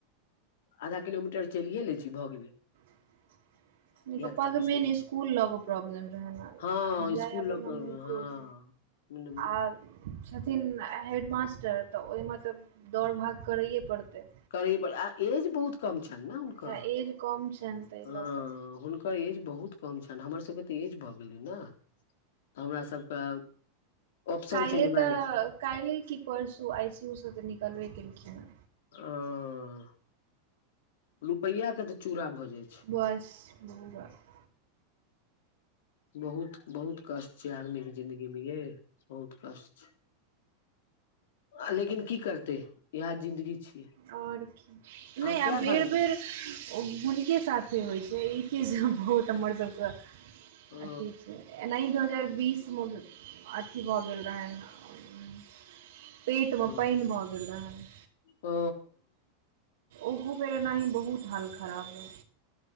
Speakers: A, on the left (about 75°); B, on the right (about 80°).
A: आधा किलोमीटर चलिए लै छी भऽ गेल
B: <inaudible> नहि पप्पा
A: सफिशिएंट
B: के मेन स्कूल ल क प्रॉब्लम रहै
A: हँ
B: जाय
A: स्कूल
B: आबै
A: लऽ
B: मे
A: कऽ
B: बिलकुल
A: हँ मतलब
B: आ छथिन हेडमास्टर तऽ ओहिमे तऽ दौड़ भाग करैए पड़तै
A: करै आ एज बहुत कम छनि ने हुनकर
B: आ एज कम छनि ताहि लऽ कऽ
A: हु ओकर एज बहुत कम छनि हमर सबके तऽ एज भऽ गेलै ने हमरा सबके ऑप्शन
B: काल्हि
A: छै जे
B: तऽ काल्हि कि परसु आइ सी यू सँ तऽ निकलबे केलखिन हँ।
A: ओ रुपैआ के तऽ चूरा भऽ जाय
B: बस <unintelligible>
A: बहुत बहुत कष्ट छैय आदमी के जिंन्दगी मे यैय बहुत कष्ट छैय। आ लेकिन की करतै इहे जिंदगी छियै।
B: आओर की
A: अहाँ
B: नहि आ
A: कए
B: बेर
A: भाय बहिन
B: बेर ओ हुनके साथे होइ छैय ई चीज बहुत हमर सभके
A: ओ
B: अथी छैय। एनाही दू हजार बीसमे अथी भऽ गेल रहनि पेटमे
A: ओ
B: पानि भऽ गेल रहनि।
A: ओ
B: ओहो बेर ऐनाहि बहुत हाल ख़राब रहै।